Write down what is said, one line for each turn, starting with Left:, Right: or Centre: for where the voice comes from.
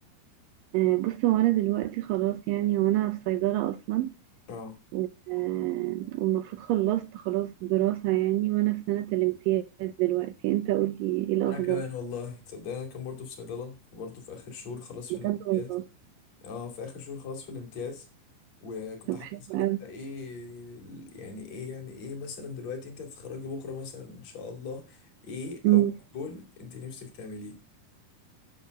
Right: آه، بص هو انا دلوقتي خلاص يعني وانا في صيدلة اصلا
Left: اه
Right: و- آه، والمفروض خلصت خلاص الدراسة يعني وانا في سنة الامتياز دلوقتي انت قولي ايه الاخبار
Left: انا كمان والله تصدق انا كان برضو في صيدله برضو في اخر شهور خلاص
Right: بجد
Left: في الامتياز
Right: والله
Left: اه في اخر شهور خلاص في الامتياز وكنت
Right: طب
Left: حابب
Right: حلو
Left: اسالك
Right: قوي
Left: بقى ايه ال- يعني ايه يعني ايه مثلا دلوقتي انت هتتخرجي بكره مثلا ان شاء الله ايه
Right: مم.
Left: اول جول انت نفسك تعمليه